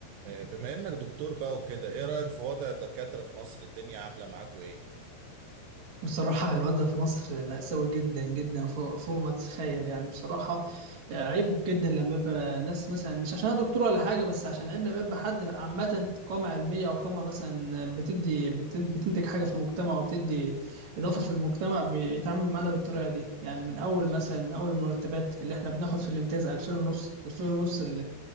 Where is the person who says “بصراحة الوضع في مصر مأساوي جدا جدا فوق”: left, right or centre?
Right